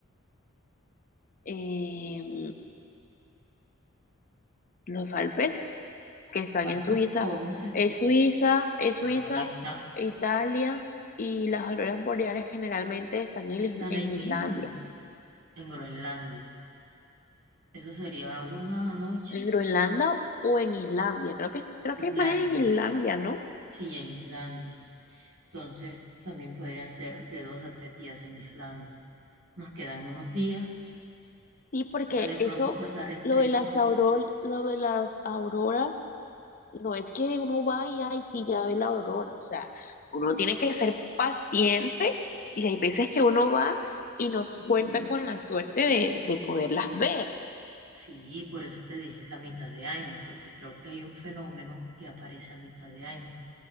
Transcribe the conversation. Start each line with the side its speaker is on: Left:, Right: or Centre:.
Left: Em, los Alpes que están
Right: Ahorita
Left: en Suiza.
Right: como vamos a esquiar,
Left: Es Suiza, es Suiza,
Right: bueno, ahí está,
Left: Italia y las auroras boreales generalmente están en,
Right: están
Left: Is- en
Right: ahí mismo,
Left: Islandia,
Right: en Groenlandia. Eso sería una noche
Left: en Groenlandia o en Islandia. Creo que creo
Right: Islandia,
Left: que es más en Islandia, ¿no?
Right: sí, en Islandia. Entonces, también podrían ser de dos a tres días en Islandia. Nos quedan unos días
Left: Sí, porque
Right: para de
Left: eso,
Right: pronto pasar en
Left: lo
Right: tren.
Left: de las auror, lo de las auroras, no es que uno vaya y sí ya ve la aurora. O sea, uno tiene que ser paciente y hay veces que uno va y no cuenta con la suerte de, de poderlas ver.
Right: Sí, por eso te dije que a mitad de año, porque creo que hay un fenómeno que aparece a mitad de año.